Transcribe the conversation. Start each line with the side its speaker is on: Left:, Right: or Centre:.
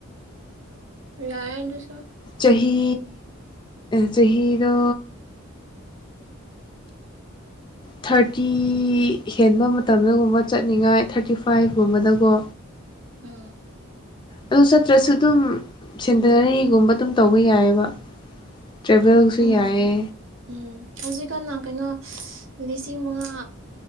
Right: ꯌꯥꯗꯨꯁꯨꯣ
Left: ꯆꯍꯤ ꯆꯍꯤꯗ
Right: <inaudible>
Left: ꯊꯥꯔꯇꯤ ꯍꯦꯟꯕ ꯃꯇꯝꯗꯒꯨꯝꯕ ꯆꯠꯅꯤꯡꯉꯥꯏ ꯊꯥꯔꯇꯤ ꯐꯥꯏꯚꯀꯨꯝꯕꯗꯀꯣ
Right: ꯎꯝ
Left: ꯑꯗꯨ ꯆꯠꯇ꯭ꯔꯁꯨ ꯑꯗꯨꯝ ꯁꯦꯟꯇꯅꯔꯤꯒꯨꯝꯕ ꯑꯗꯨꯝ ꯇꯧꯕ ꯌꯥꯏꯑꯕ ꯇ꯭ꯔꯦꯚꯦꯜꯁ
Right: ꯎꯝ
Left: ꯍ ꯌꯥ
Right: ꯎꯝ ꯍꯧꯖꯤꯛꯀꯥꯟꯅ ꯀꯩꯅꯣ ꯂꯤꯁꯤꯡ ꯃꯉꯥ